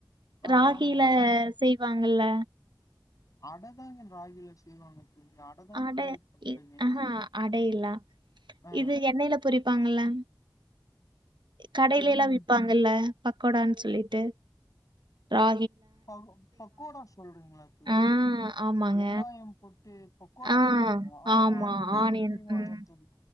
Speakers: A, on the left (about 45°); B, on the right (about 75°).
A: ஆ
B: ராகிலா
A: ஆமா
B: செய் வாங்கல்ல
A: அட தாங்க ராகில செய்வாங்க தோழி அடதாங்க
B: அட
A: கேள்விப்பட்ருக்கே
B: இ ஆஹா அடெ இல்ல
A: ஆ
B: இது எண்ணெய்ல பொரிப்பாங்கள்ல கடையிலேலா
A: தெர்லங்க
B: விப்பாங்கல்ல பக்கோடான்னு சொல்லிட்டு ரா
A: பகோ பக்கோடா சொல்றீங்களா தோழி
B: ஆ ஆமாங்க.
A: வெங்காயம் போட்டு பொக்கோடா
B: ஆ
A: சொல்றீங்ளா ஆ
B: ஆமா
A: அது
B: ஆனியன்
A: செய்வாங்க
B: ம்
A: தோழி